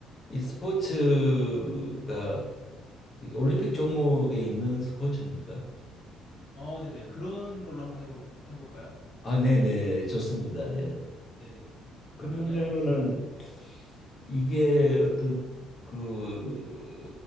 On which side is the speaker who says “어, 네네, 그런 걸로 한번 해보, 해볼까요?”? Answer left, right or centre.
Left